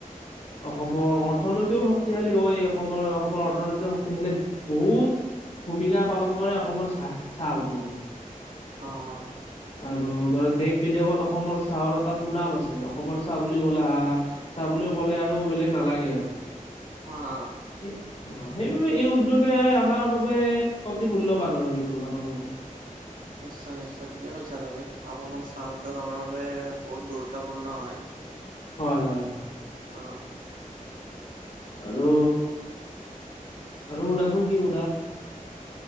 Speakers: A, on the left; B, on the right.
A: অসমৰ অৰ্থনৈতিও শক্তিশালী হয়। অসমৰ অসমৰ অৰ্থনৈতিক শক্তিশালী বহুত ভূমিকা পালন কৰে। অসমৰ চাহ চাহ উদ্যোগে
B: অহ, অহ
A: আৰু ধৰা দেশ বিদেশত অসমৰ চাহৰ এটা সুনাম আছে অসমৰ চাহ বুলি কলে আহ চাহ বুলি কলে আৰু বেলেগ নালাগে আৰু
B: অহ
A: সেই অহ অ সেইবাবে এই উদ্যোগে আমাৰ বাবে অতি মূল্যবান আৰু এই উদ্যোগ আমাৰ বাবে।
B: নিশ্চয় নিশ্চয় ঠিকে কৈছা তুমি অকমান চাহ উদ্যোগ আমাৰ বাবে বহুত গুৰুত্বপূৰ্ণ হয়।
A: হয় হয়।
B: অঁ
A: আৰু আৰু সুদাচোন কি সুদা।